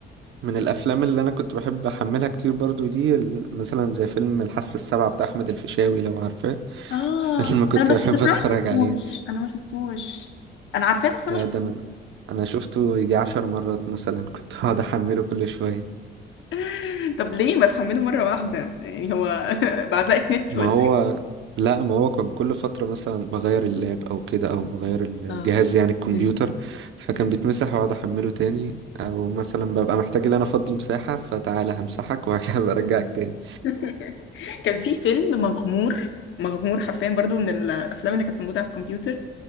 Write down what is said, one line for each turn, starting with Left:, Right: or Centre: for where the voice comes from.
Right: من الافلام اللي انا كنت بحب احملها كتير برضو دي ال- مثلا زي فيلم الحاسة السابعة بتاع احمد الفيشاوي لو عارفاه <laughs>
Left: اه
Right: فيلم كنت
Left: انا بس
Right: بحب
Left: بس انا
Right: اتفرج
Left: ما شفتوش
Right: عليه
Left: انا ما شفتوش انا عارفاه بس انا
Right: لا
Left: ما شفتوش
Right: ده انا انا شفته يجي عشر مرات مثلا <laughs> كنت بقعد احمله كل شوية
Left: <laughs> طب ليه ما تحمله مرة واحدة يعني هو <laughs> بعزقة نت
Right: ما
Left: ولا
Right: هو
Left: إيه؟
Right: لا ما هو كان كل فترة مثلا بغير اللاب او كده او بغير الجهاز
Left: اه
Right: يعني الكمبيوتر
Left: أوكي.
Right: فكان بيتمسح واقعد احمله تاني او مثلا ببقى محتاج ان انا افضي مساحة فتعالى همسحك وهكذا <laughs> برجعك تاني
Left: إيه؟ <laughs> كان في فيلم مغمور مغمور حرفيا برضو من الافلام اللي كانت موجوده على الكمبيوتر